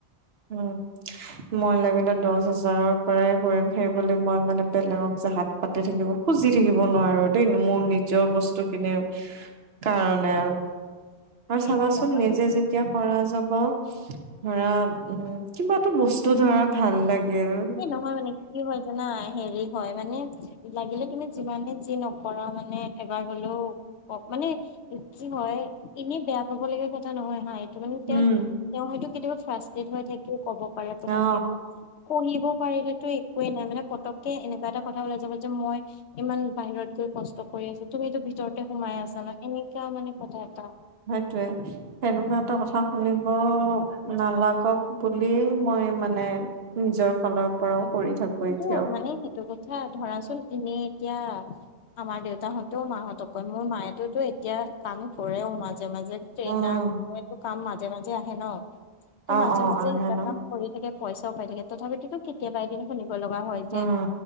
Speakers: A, on the right; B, on the left.
A: উমঁ' মই লাগিলে দহ হাজা ৰৰ পৰাই কৰিম, সেই বুলি মই মানে বেলেগক যে হাত পাতি থাকিব খুজি থাকিব নোৱাৰো দেই মোৰ নি জৰ বস্তু খিনি কাৰণে আৰু। আৰু
B: সেইটোৱে
A: চাবাচোন
B: ন
A: নিজে যেতিয়া কৰা যাব ধৰা- উমঁ' কিবা এটা বস্তু ধৰা- ভাল লাগে আৰু।
B: এই নহয় মানে কি হয় জানা হেৰি হয় মানে- লাগিলে তুমি যিমানে যি নকৰা মানে এবাৰ হ'লেও- অ' মানে কি হয় এনেই বেয়া পাবলগীয়া কথা নহয় হা- সেইটো মানে তেওঁ-তেওঁ
A: উম
B: হয়তো কেতিয়াবা ফ্ৰাষ্ট্ৰেট হৈ থাকিও ক'ব পাৰে পতককে
A: অ
B: মানে। সহিব পাৰিলেতো একোৱে নাই মানে পতককে এনেকুৱা এটা কথা ওলাই যাব যে মই- ইমান বাহিৰত গৈ কষ্ট কৰি আছোঁ, তুমিতো ভিতৰতে সোমাই আছা ন' এনেকুৱা মানে কথা এটা।
A: টোয়ে, সেনেকুৱা এটা কথা শুনিব নালাগক- বুলিয়ে মই মানে নিজৰ ফালৰ কৰি থাকো।
B: কিন্তু
A: এতিয়াও
B: মানে সেইটো কথা ধৰাচোন এনেই এতিয়া- আমাৰ দেউতাহঁতেও মাহঁতক কয় মোৰ মায়েতোতো এতিয়া কাম কৰেও মা মাজে মাজে ট্ৰেইনাৰ
A: উম
B: বোৰেটো কাম মাজে মাজে আহে ন' ত'
A: অ
B: মাজে
A: অ
B: মাজে
A: আহে
B: সেই বিলাক
A: ন
B: কাম- চলি থাকে পইচাও পাই থাকে, তথাপিতো কেতিয়াবা এদিন শুনিব লগা হয় যে।
A: উম